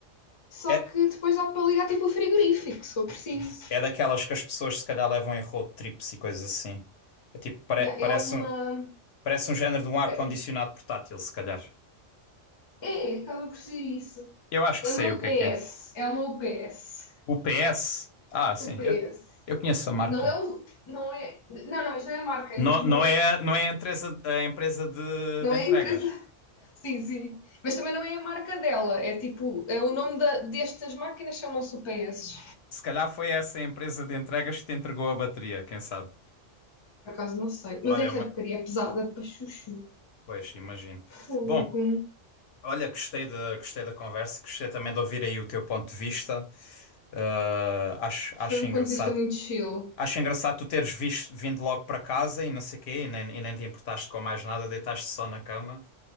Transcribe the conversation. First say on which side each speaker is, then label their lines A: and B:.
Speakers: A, on the left; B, on the left.
A: só
B: é,
A: que depois dá para ligar tipo o frigorífico, se for preciso.
B: é daquelas que as pessoas se calhar levam em road trips e coisas assim. É tipo, pare-
A: Yeah,
B: parece
A: é uma.
B: um, parece um género de um ar-condicionado
A: Peraí.
B: portátil, se calhar.
A: É, acaba por ser isso.
B: Eu acho que
A: É
B: sei
A: uma
B: o que
A: UPS.
B: é que é.
A: É uma UPS.
B: O PS? Ah, sim,
A: UPS.
B: eu, eu conheço a marca.
A: Não é o. Não é. Não, não, mas não é a marca, é
B: Não,
A: mesmo.
B: não é, não é a empresa, a empresa de,
A: Não
B: de entregas.
A: é a empresa. <laughs> Sim, sim. Mas também não é a marca dela. É tipo. é o nome da- destas máquinas chamam-se UPS.
B: Se calhar foi essa a empresa de entregas que te entregou a bateria, quem sabe?
A: Por acaso não sei.
B: Olha,
A: Mas essa
B: ma-
A: porcaria é pesada para chuchu.
B: pois, imagino.
A: Fogo.
B: Bom, olha, gostei da, gostei da conversa, gostei também de ouvir aí o teu ponto de vista. Ah, acho,
A: Foi
B: acho
A: um
B: engraçado.
A: ponto de vista muito chill.
B: Acho engraçado tu teres visto, vindo logo para casa e não sei quê, e nem, e nem te importaste com mais nada, deitaste só na cama.